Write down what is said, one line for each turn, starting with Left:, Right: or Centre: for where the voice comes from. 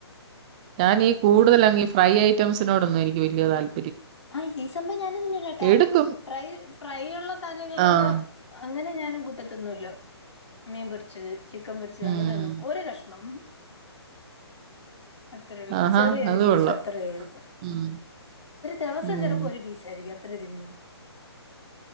Right: ഞാനീ കൂടുതലങ്ങീ ഫ്രൈ ഐറ്റംസിനോടൊന്നും എനിക്ക് വെല്ല്യ താല്
Left: ഹയ് ഈ സംഭവം ഞാനൊന്നും തിന്നുല്ലട്ടാ
Right: എടുക്കും
Left: ഫ്രൈ ഫ്രൈ ഒള്ള സാനങ്ങളിലൊക്ക
Right: ആഹ്
Left: അങ്ങനെ ഞാനും കൂട്ടതിന്നോല്ലോ മീൻ പൊര്ച്ചത് ചിക്കൻ പൊര്ച്ചത്
Right: ഉം
Left: അങ്ങനൊന്നും ഒര് കഷ്ണം. അത്രയൊള്ളു
Right: ആഹാ
Left: ചെറിയൊരു
Right: അത്
Left: പീസ്
Right: കൊള്ളാം
Left: അത്രേയൊള്ളു.
Right: ഉം
Left: ദെവസം
Right: ഉം
Left: ചെലപ്പോ ഒരു പീസായിരിക്കും അത്രേ തിന്നൂ